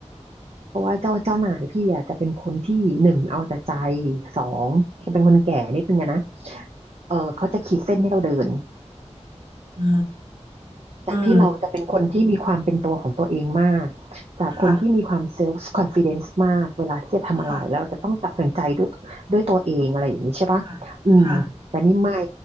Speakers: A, on the right (about 60°); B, on the right (about 40°).
A: เพราะว่าเจ้าเจ้านายพี่อ่ะจะเป็นคนที่หนึ่งเอาแต่ใจสองแกเป็นคนแก่นิดนึงอะนะเออเขาจะขีดเส้นให้เราเดิน
B: อื
A: จากที่เราจะเป็นคนที่มีความเป็นตัวของตัวเองมาก
B: ม
A: จากคนที่มีความเซลฟ์คอนฟ
B: ค่ะ
A: idence มากเวลาที่จะทำอะไรแล้วเราจะต้องตัดสินใจด้วยด้วยตัวเองอะไรอย่างนี้ใช่ปะอืมแต่นี่ไม่
B: ค่ะค่ะค่ะ